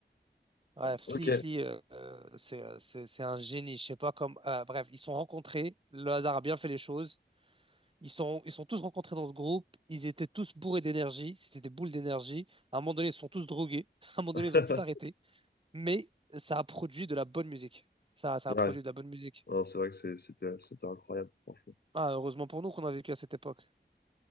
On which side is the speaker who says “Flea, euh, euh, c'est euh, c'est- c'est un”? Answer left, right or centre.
Right